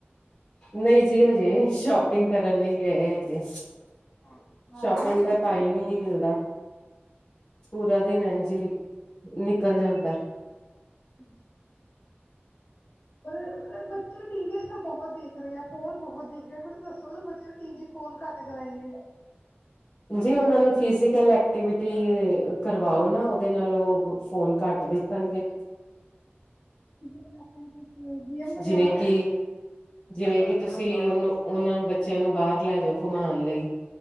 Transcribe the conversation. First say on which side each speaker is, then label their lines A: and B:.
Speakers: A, on the left; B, on the left.
A: ਨਹੀਂ ਜੀ ਹਜੇ ਸ਼ੋਪਿੰਗ ਕਰਨ ਲਈ ਗਏ ਹੈਗੇ।
B: ਅੱਛਾ
A: ਸ਼ੋਪਿੰਗ
B: ਨਹੀਂ
A: ਦਾ
B: ਅਸੀਂ
A: ਟਾਈਮ ਹੀ ਨਹੀਂ ਮਿਲਦਾ। ਪੂਰਾ ਦਿਨ ਇਝ ਈ, ਨਿਕਲ ਜਾਂਦਾ,
B: ਅੱਛਾ, ਪਰ ਬ ਪਰ ਟੀਵੀ ਅੱਜ ਕੱਲ ਬਹੁਤ ਦੇਖ ਰਹੇ ਆ ਫੋਨ ਬਹੁਤ ਦੇਖਦੇ ਕੁਛ ਦੱਸੋ ਬੱਚੇ ਨੇ ਟੀ ਵੀ ਫੋਨ ਘੱਟ ਕਰਾਈ ਏ,
A: ਜੀ ਉਹਨਾ ਨੂੰ ਫਿਜੀਕਲ ਐਕਟੀਵਿਟੀ ਕਰਵਾਓ ਨਾ ਉਹਦੇ ਨਾਲ ਉਹ ਫੋਨ ਘੱਟ ਦੇਖਣਗੇ।
B: <unintelligible> ਗੇਮ ਵਗੈਰਾ,
A: ਜਿਵੇਂ ਕਿ ਜਿਵੇਂ ਕਿ ਤੁਸੀਂ ਉਹਨੂੰ ਉਹਨਾਂ ਬੱਚਿਆਂ ਨੂੰ ਬਾਹਰ ਲੈ ਜਾਓ ਘੁੰਮਾਉਣ ਲਈ